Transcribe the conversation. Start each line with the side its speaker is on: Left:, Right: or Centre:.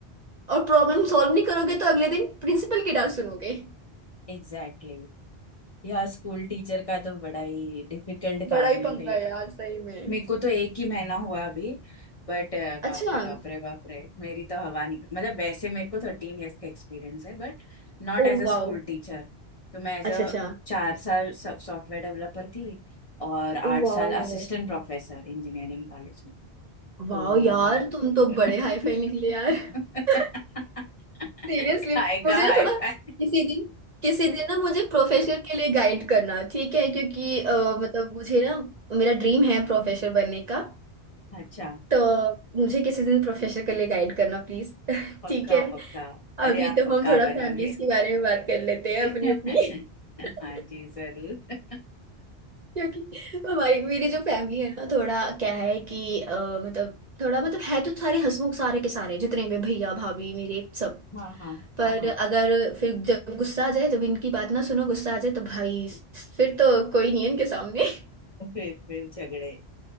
Right: और प्रॉब्लम सॉल्व नहीं करोगे तो अगले दिन प्रिंसिपल की डांट सुनोगे
Left: Exactly exactly. यह स्कूल टीचर का तो बड़ा ही डिफिकल्ट
Right: बड़ा
Left: काम
Right: ही
Left: है
Right: पंगा है यार सही में
Left: मेरे को तो एक ही महीना हुआ अभी बट
Right: अच्छा
Left: बाप रे बाप रे बाप रे मेरी तो हवा निकल मतलब वैसे मेरे को थर्टीन इयर्स का एक्सपीरियंस है but not
Right: Oh
Left: as a
Right: wow
Left: school teacher तो मैं एज
Right: अच्छा
Left: अ
Right: अच्छा
Left: चार साल सॉफ्टवेयर डेवलपर थी और आठ
Right: Oh wow
Left: साल
Right: wow
Left: असिस्टेंट प्रोफेसर इंजीनियरिंग कॉलेज में
Right: वाओ
Left: तो
Right: यार तुम तो
Left: <laughs>
Right: बड़े हाई फाई निकले यार <laughs> सीरियसली
Left: काय
Right: मुझे
Left: का
Right: ना
Left: हाय
Right: थोड़ा
Left: फाय
Right: किसी दिन किसी दिन ना मुझे प्रोफेसर के लिए गाइड करना ठीक है क्योंकि अ, मतलब मुझे ना मेरा ड्रीम है प्रोफेसर
Left: <laughs>
Right: बनने का
Left: अच्छा
Right: तो मुझे किसी दिन प्रोफेसर के लिए गाइड करना प्लीज <laughs>
Left: पक्का
Right: ठीक है
Left: पक्का अरे
Right: अभी
Left: आप
Right: तो
Left: पक्का
Right: हम थोड़ा
Left: बनोगे
Right: फैमिलीज के बारे में बात कर लेते हैं
Left: <laughs>
Right: अपनी अपनी <laughs>
Left: हाँ जी जरूर
Right: क्योंकि हमारी मेरी जो फैमिली है ना थोड़ा क्या है कि अ, मतलब थोड़ा मतलब है तो सारे हंसमुख सारे के सारे जितने भी भैया भाभी मेरे सब
Left: हाँ हाँ
Right: पर
Left: हाँ हाँ
Right: अगर फिर जब गुस्सा आ जाए जब इनकी बात ना सुनो गुस्सा आ जाए तो भाई फिर तो कोई नहीं है इनके सामने <laughs>
Left: फिर फिर झगड़े